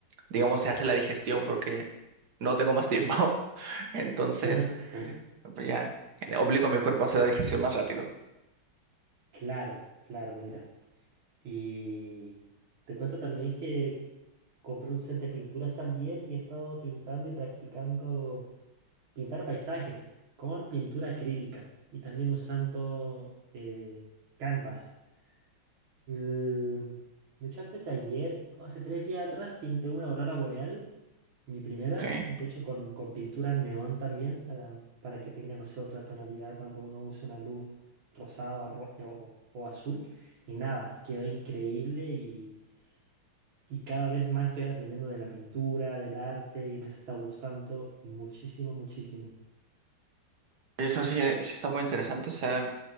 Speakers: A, on the right; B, on the right.
A: digamos, se hace la digestión porque no tengo más tiempo. <laughs> Entonces,
B: <laughs>
A: pues ya, le obligo a mi cuerpo a hacer la digestión más rápido.
B: Claro, claro, mira. Y te cuento también que compré un set de pinturas también y he estado pintando y practicando pintar paisajes con pintura acrílica y también usando eh, canvas. El- De hecho, antes de ayer, hace tres días atrás, pinté una aurora boreal, mi primera,
A: Ok.
B: de hecho con, con pinturas neón también, para, para que tenga, no sé, otra tonalidad cuando uno use una luz rosada o, ro- o- o azul. Y nada, quedó increíble y, y cada vez más estoy aprendiendo de la pintura, del arte y me está gustando muchísimo, muchísimo.
A: Eso sí, eh, sí está muy interesante. O sea,